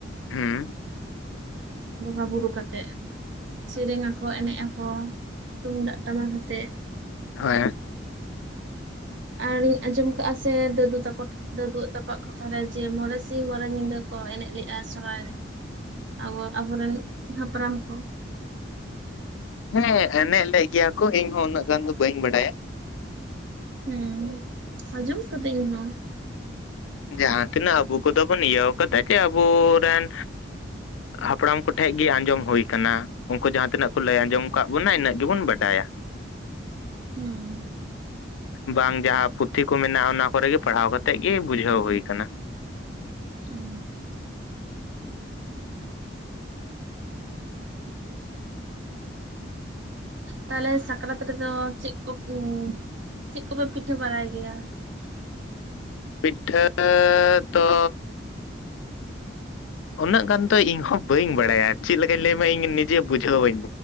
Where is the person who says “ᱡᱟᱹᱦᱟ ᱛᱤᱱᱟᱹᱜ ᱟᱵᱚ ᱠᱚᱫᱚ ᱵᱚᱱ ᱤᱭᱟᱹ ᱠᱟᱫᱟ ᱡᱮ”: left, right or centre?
Left